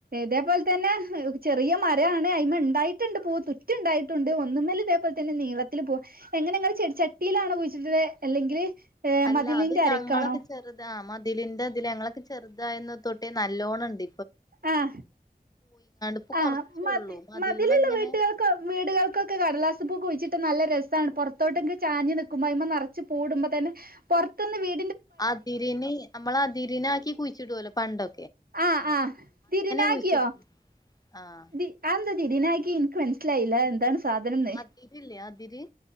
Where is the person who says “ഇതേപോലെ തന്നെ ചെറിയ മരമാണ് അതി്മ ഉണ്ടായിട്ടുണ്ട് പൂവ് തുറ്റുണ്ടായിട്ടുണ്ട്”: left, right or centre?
Right